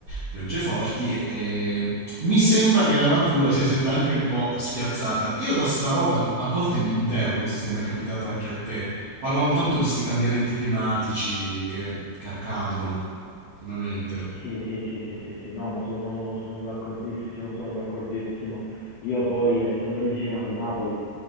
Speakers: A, on the right (about 55°); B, on the left (about 65°).
A: piogge forti e, e mi sembra che la natura si senta anche un po' spiazzata. Io da sta roba a volte mi interrogo, non so se è mai capitato anche a te, parlano tanto
B: Sì.
A: di sti cambiamenti climatici che, che accadono ultimamente.
B: Sì, sì, sì, sì, sì, sì, no, ma sono, sono d'accordissimo, sono d'accordissimo. Io poi, essendo originario di Napoli,